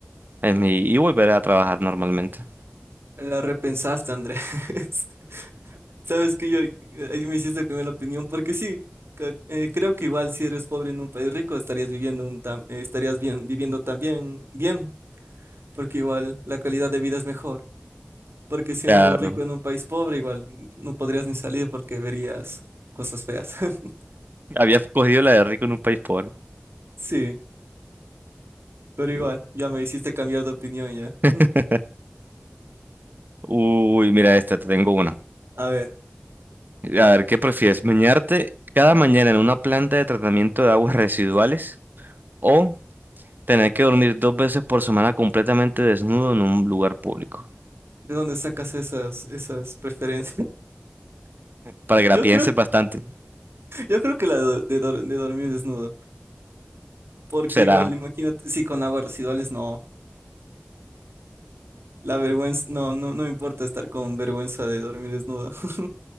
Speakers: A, on the right (about 55°); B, on the right (about 90°).
A: en mi, y volver a trabajar normalmente.
B: La repensaste, Andrés. <laughs> Sabes que yo, ahí me hiciste cambiar la opinión, porque sí, ca- eh, creo que igual si eres pobre en un país rico estarías viviendo un tam- eh, estarías bien, viviendo también bien, porque igual la calidad de vida es mejor, porque siendo
A: Claro.
B: rico en un país pobre igual no podrías ni salir porque verías cosas feas. <laughs>
A: Había cogido la de rico en un país pobre.
B: Sí, pero igual, ya me hiciste cambiar de opinión ya.
A: <laughs> Uy, mira esta, te tengo una.
B: A ver,
A: A ver, ¿qué prefieres? ¿Bañarte cada mañana en una planta de tratamiento de aguas residuales o tener que dormir dos veces por semana completamente desnudo en un lugar público?
B: ¿de dónde sacas esas, esas preferencias?
A: Para
B: <laughs>
A: que la
B: Yo
A: pienses
B: creo,
A: bastante,
B: yo creo que la de, de dor- de dormir desnudo, porque
A: será.
B: igual, imagínate, sí, con aguas residuales no. La vergüenza, no, no, no me importa estar con vergüenza de dormir desnudo. <laughs>